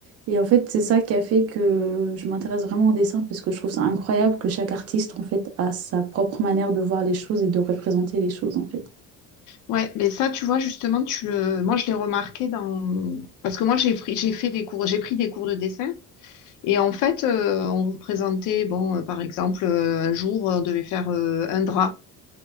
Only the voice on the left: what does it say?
Ouais, mais ça, tu vois, justement, tu le... moi, je l'ai remarqué dans... Parce que moi, j'ai pris, j'ai fait des cours, j'ai pris des cours de dessin. Et en fait, euh, on représentait, bon, euh, par exemple, euh, un jour, on devait faire euh, un drap.